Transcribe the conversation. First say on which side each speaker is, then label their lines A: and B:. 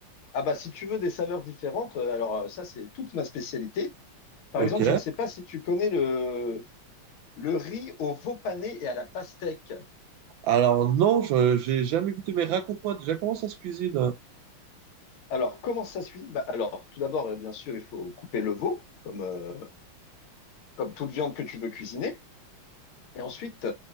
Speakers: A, on the left; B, on the right.
A: Ah bah si tu veux des saveurs différentes, euh, alors euh, ça c'est toute ma spécialité. Par
B: Ok.
A: exemple, je ne sais pas si tu connais le le riz au veau pané et à la pastèque.
B: Alors non, je j'ai jamais goûté, mais raconte-moi déjà comment ça se cuisine.
A: Alors, comment ça se cuisine? Bah, alors, tout d'abord, euh, bien sûr, il faut couper le veau, comme, euh, comme toute viande que tu veux cuisiner. Et ensuite,